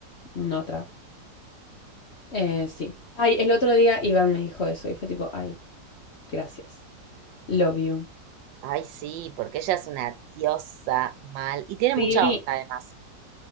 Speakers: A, on the left; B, on the right.
A: no otra. Eh, sí. Ay, el otro día Iván me dijo eso y fue tipo, ay, gracias. Love you.
B: Ay, sí, porque ella es una diosa mal. Y tiene
A: Sí,
B: mucha onda además.